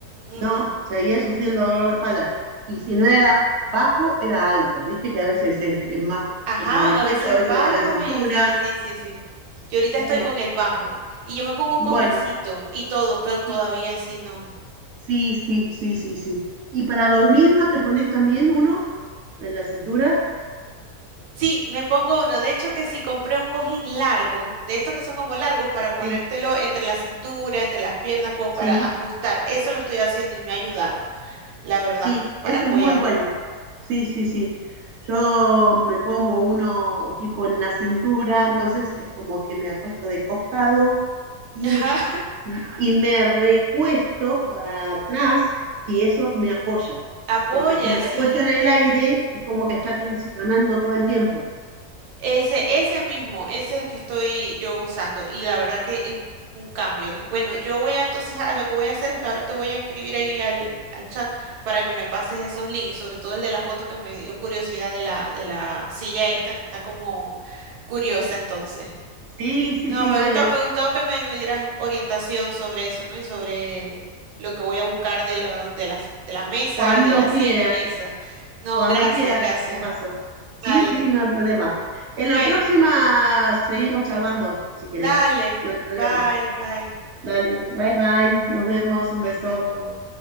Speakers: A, on the right; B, on the right.
A: Mm,
B: no, seguía sufriendo dolor de espalda. Y si no era bajo, era alto, viste que a veces es, es más
A: Ajá,
B: como el cuello,
A: a veces
B: a veces
A: bajo
B: de la cintura.
A: y sí, sí, sí, sí. Yo ahorita
B: Bueno,
A: estoy con el bajo y yo me pongo un
B: bueno,
A: cojincito y todo, pero todavía
B: sí,
A: así no.
B: sí, sí, sí, sí, sí. ¿Y para dormir no te pones también uno en la cintura?
A: Sí, me pongo uno. De hecho, que si compré un cojín largo, de estos que son como largos para ponértelo
B: Sí,
A: entre la cintura, entre las piernas, como para
B: sí.
A: ajustar. Eso lo estoy haciendo y me ha ayudado, la verdad,
B: Sí,
A: para
B: ese
A: apoyarme.
B: es muy bueno. Sí, sí, sí. Yo me pongo uno tipo en la cintura, entonces es como que me acuesto de costado y,
A: <laughs> Ajá,
B: y me recuesto para atrás y eso me apoya.
A: apoya,
B: Porque si me
A: sí.
B: recuesto en el aire, es como que está tensionando todo el tiempo.
A: Ese, ese mismo, es el que estoy yo usando y la verdad que es un cambio. Bueno, yo voy a entonces a lo que voy a hacer es que ahora te voy a escribir ahí al, al chat para que me pases esos links y sobre todo el de la foto que me dio curiosidad de la, de la silla esta que está como curiosa entonces.
B: Sí, sí,
A: No,
B: sí,
A: me
B: dale.
A: gustó, me gustó que me, me dieras orientación sobre eso, ¿no? Y sobre lo que voy a buscar de la, de las, de la mesa
B: Cuando
A: y de la silla
B: quieras,
A: y eso. No,
B: cuando
A: gracias,
B: quieras,
A: gracias.
B: te paso. Sí,
A: Vale.
B: sí, no hay problema. En
A: Bueno.
B: la próxima seguimos charlando, si querés.
A: Dale,
B: No hay problema.
A: bye, bye.
B: Dale, bye bye, nos vemos, un
A: Hasta
B: beso.
A: luego.